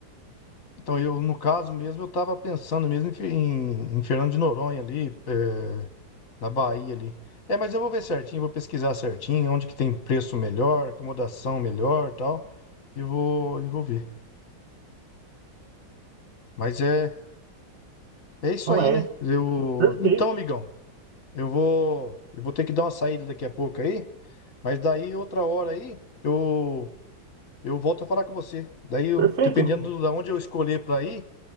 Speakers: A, on the left; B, on the right.
A: Então eu, no caso mesmo, eu tava pensando mesmo em, Fe- em, em Fernando de Noronha ali, eh, na Bahia ali. É, mas eu vou ver certinho, vou pesquisar certinho onde que tem preço melhor, acomodação melhor, e tal. E vou, e vou ver. Mas é É isso
B: Não
A: aí,
B: é?
A: né? Eu...
B: Perfeito,
A: Então, amigão, eu vou... eu vou ter que dar uma saída daqui a pouco aí, mas daí outra hora aí eu eu volto a falar com você. Daí, eu-
B: perfeito,
A: dependendo da onde eu escolher para ir,